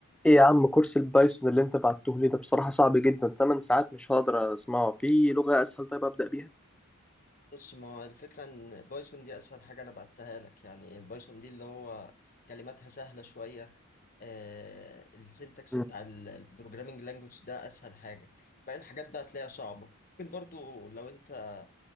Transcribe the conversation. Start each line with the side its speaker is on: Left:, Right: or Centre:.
Centre: ايه يا عم كورس البايثون اللي انت بعته لي ده بصراحة صعب جدا 8 ساعات مش هقدر اسمعه في لغة اسهل طيب ابدأ بيها
Left: بص ما هو الفكرة إن بايثون دي أسهل حاجة أنا بعتها لك يعني البايثون دي اللي هو كلماتها سهلة شوية آه السنتكس
Centre: مم.
Left: بتاع البروجرامينج لانجوج ده أسهل حاجة باقي الحاجات بقى تلاقيها صعبة ممكن برضو لو أنت